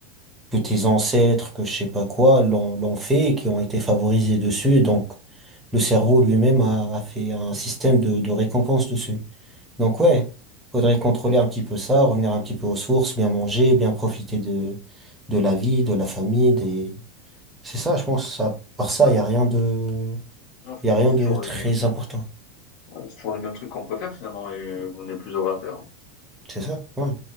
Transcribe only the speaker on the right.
que tes ancêtres, que je sais pas quoi, l'ont, l'ont fait et qui ont été favorisés dessus. Et donc, le cerveau lui-même a, a fait un système de, de récompense dessus. Donc ouais, faudrait contrôler un petit peu ça, revenir un petit peu aux sources, bien manger, bien profiter de, de la vie, de la famille, des... C'est ça, je pense, ça, par ça,
il y a rien de,
il y a rien
de
très
important.
C'est ça, ouais.